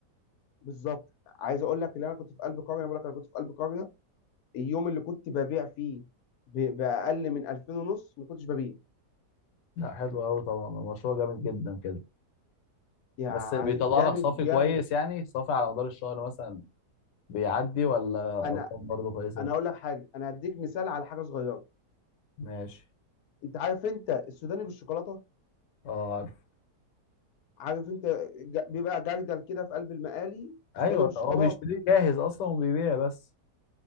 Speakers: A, on the left; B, on the left.
A: بالظبط عايز اقول لك ان انا كنت في قلب قريه بقول لك انا كنت في قلب قريه اليوم اللي كنت ببيع فيه ب- باقل من 2000 ونص ما كنتش ببيع
B: لا حلو قوي طبعا المشروع جامد جدا كده
A: يعني
B: بس بيطلع
A: جامد
B: لك صافي
A: جامد
B: كويس يعني صافي على مدار الشهر مثلا بيعدي ولا
A: انا
B: ارقام برضه كويسه
A: انا اقول لك حاجه انا هديك مثال على حاجه صغيره
B: ماشي
A: انت عارف انت السوداني بالشوكولاته
B: اه عارف
A: عارف انت ج- بيبقى جردل كده في قلب المقالي
B: ايوه
A: السوداني بالشوكولاته
B: هو بيشتريه جاهز اصلا وبيبيع بس